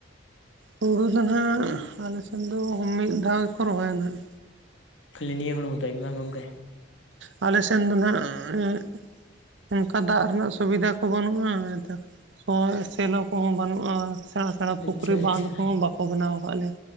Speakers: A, on the right; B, on the left.
A: ᱦᱩᱲᱩ ᱫᱚ ᱦᱟᱸᱜ ᱟᱞᱮ ᱥᱮᱫ ᱫᱚ ᱢᱤᱫ ᱫᱷᱟᱣ ᱜᱮᱠᱚ ᱨᱚᱦᱚᱭᱟ ᱱᱟᱟᱸᱜ
B: ᱠᱷᱟᱹᱞᱤ ᱱᱤᱭᱟᱹ ᱦᱩᱲᱩᱢ ᱛᱟᱭ ᱜᱮ ᱵᱟᱝ ᱜᱚᱢᱠᱮ
A: ᱟᱞᱮ ᱥᱮᱱ ᱫᱚ ᱦᱟᱸᱜ ᱚᱱᱠᱟ ᱫᱟᱜ ᱨᱮᱱᱟᱜ ᱥᱩᱵᱤᱫᱷᱟ ᱠᱚ ᱵᱟᱹᱱᱩᱜᱼᱟ ᱥᱮᱞᱚ ᱠᱚᱦᱚᱸ ᱵᱟᱹᱱᱩᱜᱼᱟ ᱥᱮᱲᱟ ᱥᱮᱲᱟ
B: ᱟᱪᱪᱷᱟ
A: ᱯᱩᱠᱷᱨᱤ ᱵᱟᱸᱫᱷ
B: ᱟᱪᱪᱷᱟ
A: ᱠᱚᱦᱚᱸ ᱵᱟᱠᱚ ᱵᱮᱱᱟᱣ ᱟᱠᱟᱫ ᱞᱮᱭᱟ